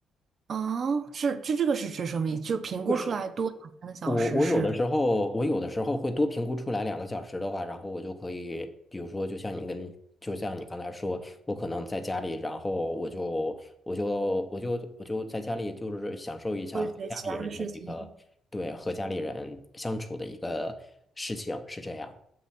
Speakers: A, on the right; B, on the left.
A: 哦，是，这这个是指什么意思？就评估出来多两三个小时是
B: 就是我我有的时候，我有的时候会多评估出来两个小时的话，然后我就可以，比如说，就像你跟，就像你刚才说，我可能在家里，然后我就我就我就我就在家里，就是享受一下和家里人的一个，
A: 做一些其他的事情。
B: 对，和家里人相处的一个事情，是这样。